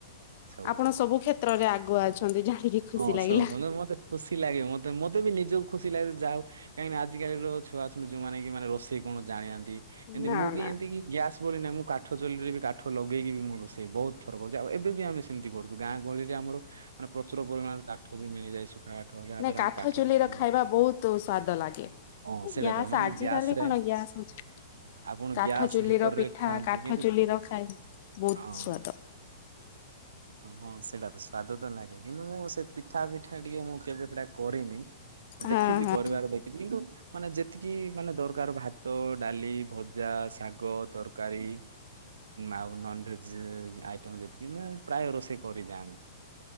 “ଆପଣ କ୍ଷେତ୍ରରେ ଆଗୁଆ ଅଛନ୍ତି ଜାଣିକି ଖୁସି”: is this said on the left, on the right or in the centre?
Left